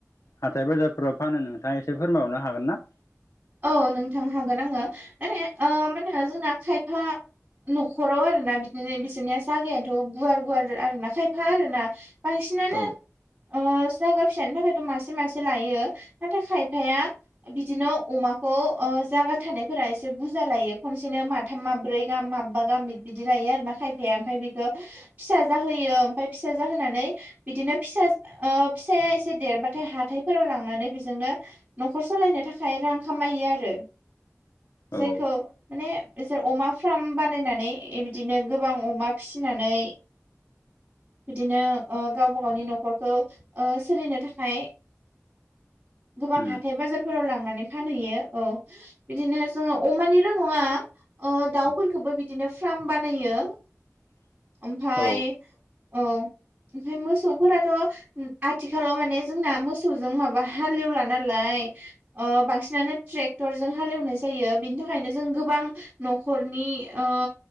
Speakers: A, on the left; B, on the right.
A: हाथाय बाजारफोराव फानो नोंथाङा एसे फोरमाय हरनो हागोन ना?
B: औ नोंथां हागोन आङो माने मा होनो जोंना खायफा न'खराव आरो ना बिदिनो बिसोरनिया जागायाथ' गुवार गुवार आरो ना खायफा आरो ना बां सिनानो
A: औ
B: ओ जागा फिसानि थाखायथ' मासे मासे लायो नाथाय खायफाया बिदिनो अमाखौ खौ ओ जागा थानायफोरा एसे बुरजा लायो खनसेनो माथाम माब्रै गाहाम माब्बा गाहाम बिदि लायो । आरो खायफाया ओमफ्राय बेखौ फिसा जाहोयो ओमफ्राय फिसा जाहोनानै बिदिनो फिसा ओ फिसाया एसे देरबाथाय हाथायफोराव लांनानै बेजोंनो न'खर सालायनो थाखाय रां खामायो आरो
A: औ
B: । जायखौ माने बिसोर अमा फार्म बानायनानै बिदिनो गोबां अमा फिसि नानै बिदिनो ओ गावबा गावनि न'खरखौ ओ सोलिनो थाखाय गोबां
A: उम
B: हाथाय बाजारफोराव लांनानै फानहैयो औ बिदिनो जोङो अमानिल' नङा ओ दाउफोरखौबो बिदिनो फार्म बानायो ।
A: <unintelligible>
B: ओमफ्राय
A: औ
B: औ । ओमफ्राय मोसौफोराथ' आथिखालाव माने जोंना मोसौजों माबा हालेवला नालाय । ओ बांसिनानो ट्रेक्टरजों हालेवनाय जायो बेनि थाखायनो जों गोबां न'खरनि ओ